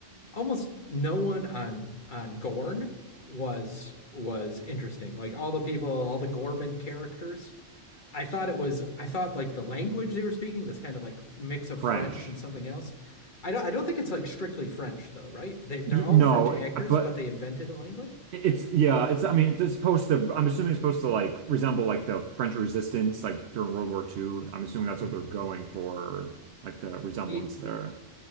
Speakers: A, on the left; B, on the right.
A: almost no one on on Gorn was was interesting. Like all the people, all the Gorman characters I thought it was I thought like the language they were speaking, this kind of like mix of
B: French.
A: French and something else. I don't I don't think it's like strictly French though, right? They they're
B: Y-
A: all
B: no,
A: French actors,
B: it- but
A: but they invented a language.
B: it's yeah, it's I mean it's supposed to I'm assuming it's supposed to like resemble like the French Resistance like during World War II. I'm assuming that's
A: Hmm.
B: what they're going for, like the resemblance
A: Ye-
B: there.